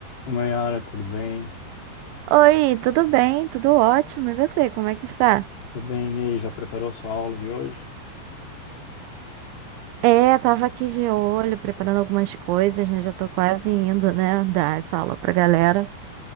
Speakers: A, on the left; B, on the right.
A: Maiara, tudo bem?
B: Oi, tudo bem? Tudo ótimo. E você, como é que está?
A: Tudo bem. E aí, já preparou sua aula de hoje?
B: É, tava aqui de olho, preparando algumas coisas, né? Já tô quase indo, né, dar essa aula pra galera.